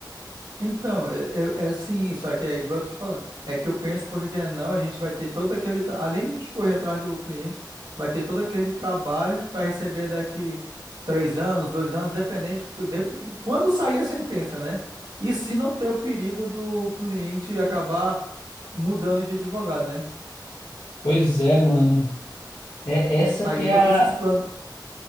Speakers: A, on the right; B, on the left.
A: Então, é, é, é sim, só que é igual eu tô te falando. É que eu penso, porque querendo ou não, a gente vai ter todo aquele. tra- Além de a gente correr atrás do cliente, vai ter todo aquele trabalho para receber daqui três anos, dois anos, dependente. cu- dep- Quando sair a sentença, né? E se não ter o perigo do cliente acabar mudando de advogado, né?
B: Pois é, mano. É essa
A: Aí
B: que
A: eu
B: é
A: tô
B: a.
A: com esses planos,